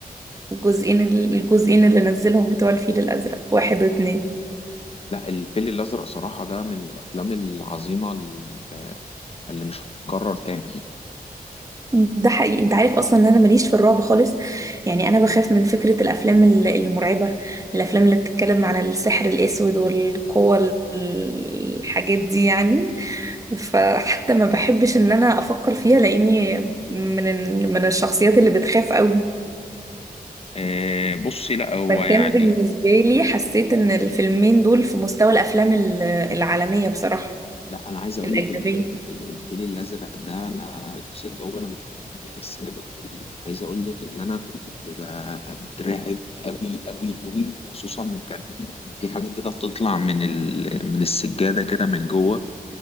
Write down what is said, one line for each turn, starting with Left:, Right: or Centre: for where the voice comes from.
Right: الجزئين الجزئين اللي نزلهم بتوع الفيل الأزرق واحد واتنين
Left: لا الفيل الأزرق صراحة ده من الأفلام العظيمة ال- اللي مش هتتكرر تاني
Right: ده حقيقي انت عارف اصلا ان انا ماليش في الرعب خالص يعني انا بخاف من فكرة الافلام ال- المرعبة الافلام اللي بتتكلم عن السحر الاسود والقوة ال- الحاجات دي يعني فحتى ما بحبش ان انا افكر فيها لاني من ال- من الشخصيات اللي بتخاف قوي
Left: آه، بصي لا هو
Right: فكان
Left: يعني
Right: بالنسبة لي حسيت ان الفيلمين دول في مستوى الافلام ال- العالمية بصراحة
Left: لا انا عايز اقول
Right: الاجنبية
Left: لك ال- ال- ال- الفيل الازرق ده انا الجزء الاول انا اتفرجت عليه في السينما عايز اقول لك ان انا كنت بترعب قوي قوي قوي وخصوصا كان في حاجه كده بتطلع من ال... من السجاده كده من جوه